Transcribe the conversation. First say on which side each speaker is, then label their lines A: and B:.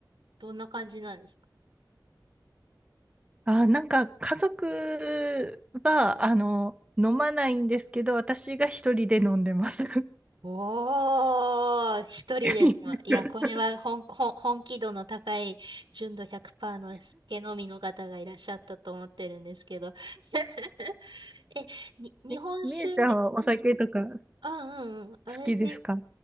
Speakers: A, on the right; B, on the right.
A: どんな感じなんですか
B: あ、なんか家族は、あの、飲まないんですけど、私が一人で飲んでます。
A: おー、一人でも、
B: <laughs>
A: いや、これは本、本、本気度の高い純度100%の酒飲みの方がいらっしゃったと思ってるんですけど。<laughs> え、に、日本酒、
B: えみゆちゃんはお酒とか好
A: うん、あ、うんうん、私好
B: きですか